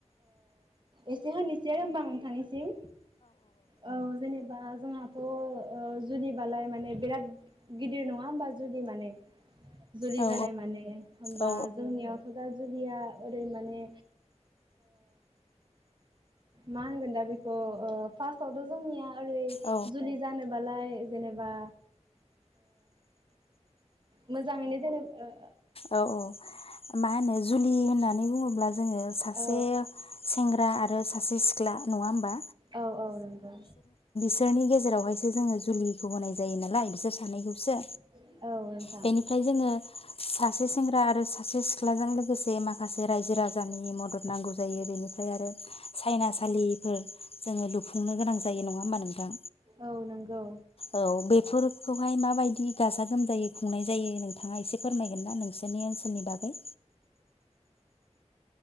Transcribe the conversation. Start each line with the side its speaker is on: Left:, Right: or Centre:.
Right: एसे होनोसै आरो हबा नोंथांनिसिम। औ जेनेबा जोंहाथ' ओ जुदिबालाय माने बिराद गिदिर नङा होमबा? जुदि माने जानाय
Left: औ
Right: मान हबा
Left: औ
Right: जोंनियावथ' दा। जुलिया ओरै माने मा होनगोन दा बेखौ? फार्स्टआवथ' जोंनिया आरै
Left: औ
Right: जुलि जानोबालाय जेनेबा मोजाङैनो जेनेबा
Left: औ औ। मा होनो जुलि होननानै। बुङोब्ला जोङो सासे
Right: औ
Left: सेंग्रा ग्रा आरो सासे सिख्ला नङा होमबा?
Right: औ औ नंगौ
Left: सोरनि ग जेरावहायसो जोङो जुलिखौ होनाय जायो नालाय बिसोर सानैखौसो।
Right: <inaudible> नोंथां
Left: बेनिफ्राय जोङो सासे सेंग्रा आरो सासे सिख्लाजों लोगोसे माखासे रायजो राजानि मदद नांगौ जायो, बेनिफ्राय आरो सायनासालिफोर जोङो लुफै खुंनो गोनां जायो नङा होमबा नोंथां?
Right: औ नंगौ।
Left: औ बेफोरखौहाय माबायदि गाजा गोमजायै खुंनाय जायो नोंथाङा एसे फोरमायगोन ना नोंसोरनि ओनसोलनि बागै।